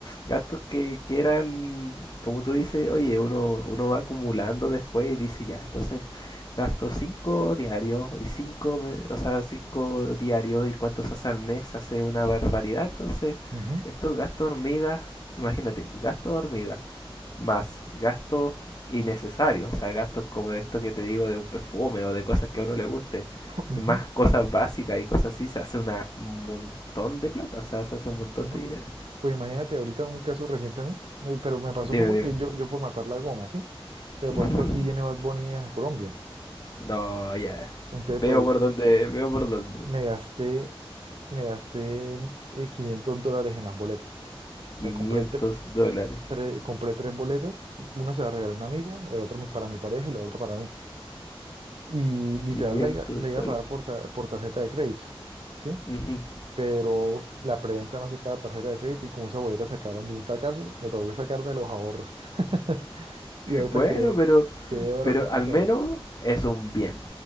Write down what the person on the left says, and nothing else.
gastos que, que eran, como tú dices, oye, uno, uno va acumulando después y dice, ya, entonces gasto 5 diarios y 5, o sea, 5 diarios y cuántos hace al mes, hace una barbaridad, entonces
estos gastos hormigas, imagínate, gastos hormigas más gastos innecesarios, o sea, gastos como de esto que te digo de un perfume o de cosas que a uno le guste,
y más cosas básicas y cosas así, se hace un montón de plata, o sea, se hace un montón
de dinero.
Dime,
dime.
<laughs>
No, ya.
Veo
por dónde, veo por dónde.
Quinientos
dólares.
500
dólares.
Ujú.
Bueno,
pero,
pero
al menos es un bien.